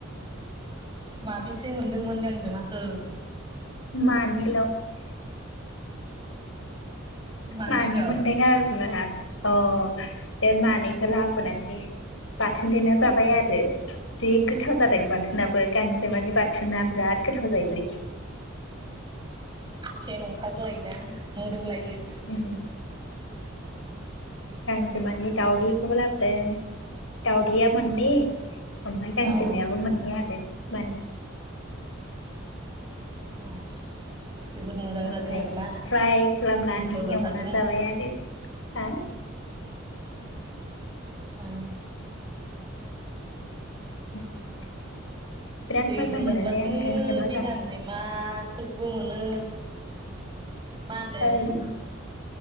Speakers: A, on the right (about 25°); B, on the left (about 75°).
A: माबेसे मोनदोंमोन गांजेमाखो
B: मानि ल
A: मानैल'
B: मानै मोनदों आरो ना अ बे मानैखौ लाबोनानै बाथोन देना जाबाय आरो जि गोथाव जादों बाथोनाबो गांजेमानि बाथोन बाथोना जा गोथाव जायो
A: सेन ओंखारलायोना मोदोमलायो
B: उम गांसे माने दाावदैखौबो लाबोदों दाावदैया मोननै ओमफ्राय गांजेमायाबो
A: औ
B: मोननै आरो मोन
A: औ जोबोद मोजां
B: ओमफाय
A: जादों आरोना
B: फ्राय खालामनानै
A: गोथाव जाथारदों
B: एवना जाबाय आरो हा
A: ओं
B: <unintelligible>
A: दै बुरजाबासो
B: मोनोलै आं गांजेमा
A: बे
B: जानो
A: गां गांजेमाफोरखौबो मोनो मा होनदों
B: ओं